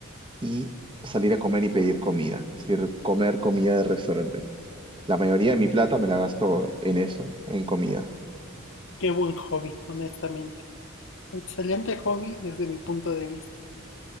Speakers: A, on the right; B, on the left.
A: y salir a comer y pedir comida, es decir, comer comida de restaurantes. La mayoría de mi plata me la gasto en eso, en comida.
B: Qué buen hobby, honestamente. Excelente hobby desde mi punto de vista.